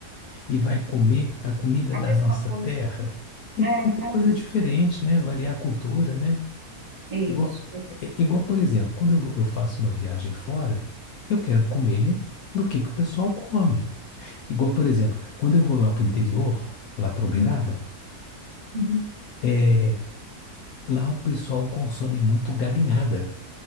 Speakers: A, on the left (about 70°); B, on the right (about 55°).
A: e vai comer a comida
B: A
A: da
B: mesma
A: nossa
B: coisa.
A: terra. Tem
B: É,
A: que comer
B: realmente.
A: coisa diferente, né? Variar a cultura, né?
B: É isso.
A: Igual,
B: É.
A: é- é, igual, por exemplo, quando eu, vou- eu faço uma viagem fora, eu quero comer do que que o pessoal come. Igual, por exemplo, quando eu vou lá para o interior, lá para Uberaba,
B: Hum, Uhum.
A: é, lá o pessoal consome muito galinhada.